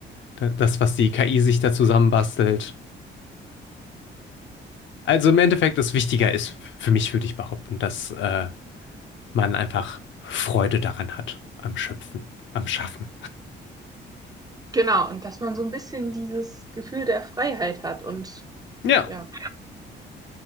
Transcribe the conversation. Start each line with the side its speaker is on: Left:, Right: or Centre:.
Left: da- das, was die KI sich da zusammenbastelt. Also im Endeffekt es wichtiger ist, für mich würde ich behaupten, dass äh, man einfach Freude daran hat, am Schöpfen, am Schaffen.
Right: Genau, und dass man so ein bisschen dieses Gefühl der Freiheit hat und
Left: Ja,
Right: ja.